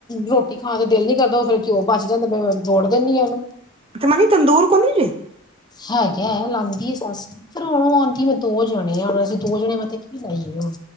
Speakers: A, on the left (about 20°); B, on the right (about 30°).
A: ਰੋਟੀ ਖਾਣ ਤੇ ਦਿਲ ਨੀ ਕਰਦਾ, ਉਹ ਫਿਰ ਘਿਓ ਬਚ ਜਾਂਦਾ ਫਿਰ ਮੈਂ ਜੋੜ ਦਿੰਦੀ ਓਨੂੰ।
B: ਤੇ ਮਣੀ ਤੰਦੂਰ ਕੋ ਨੀ ਜੇ?
A: ਹੈਗਾ ਲੈਂਦੀ ਏ ਸੱਸ। ਫਿਰ ਹੁਣ ਅੰਟੀ ਮੈਂ ਦੋ ਜਣੇ ਆਂ, ਅਸੀਂ ਦੋ ਜਣੇ ਵਾਸਤੇ ਕੀ ਲਾਈਏ ਹੁਣ।